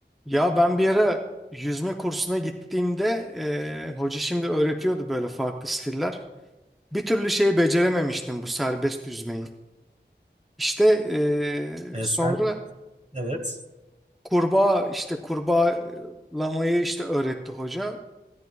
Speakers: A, in the centre; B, on the right.
A: Ya ben bir ara yüzme kursuna gittiğimde eee, hoca şimdi öğretiyordu böyle farklı stiller. Bir türlü şeyi becerememiştim bu serbest yüzmeyi. İşte eee,
B: E,
A: sonra
B: sen evet. <laughs>
A: kurbağa işte kurbağalamayı işte öğretti hoca.